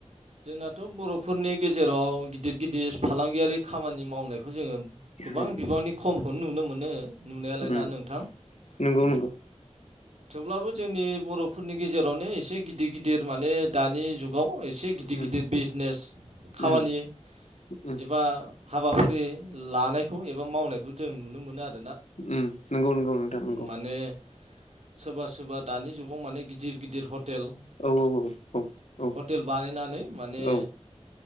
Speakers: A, on the right; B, on the left.
A: जोंनाथ' बर'फोरनि गेजेराव गिदिर गिदिर फालांगियारि खामानि मावनायखौ जोङो गोबां
B: उम
A: बिबांनि खमखौनो नुनो मोनो नुनायालाय
B: उम
A: ना नोंथां
B: नंगौ
A: उम
B: नंगौ
A: थेवब्लाबो जोंनि बर'फोरनि गेजेरावनो एसे गिदिर गिदिर माने दानि जुगाव एसे गिदिर
B: उम
A: गिदिर बिजनेस खामानि
B: उम उम
A: एबा हाबाफारि लानायखौ एबा मावनायखौ जों नुनो मोनो आरो
B: उम नंगौ नंगौ नोंथां नोंगौ
A: माने सोरबा सोरबा दानि जुगाव माने गिदिर गिदिर हर हेल
B: औ औ औ औ औ
A: हटेल बानायनानै माने
B: औ